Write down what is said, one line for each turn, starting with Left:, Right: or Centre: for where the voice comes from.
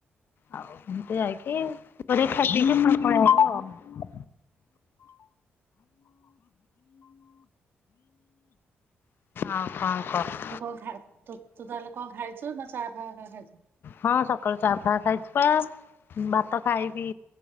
Left: ଆଉ ଏମିତି ଯାଇକି <unintelligible> ଖାଇକି ପିଇକି ଫୁଣି ପଳେଇ ଆଇଲୁ। ଆଉ କଣ କ‌ଅ?
Right: ତୁ କଣ ଖା ତୁ ତାହେଲେ କଣ ଖାଇଚୁ ନାଁ ଚାହା ଫାହା ହେରିକା ଖାଇଚୁ।
Left: ହଁ ସକାଳୁ ଚାହା ଫାହା ଖାଇଚି ପା ଉଁ ଭାତ ଖାଇବି।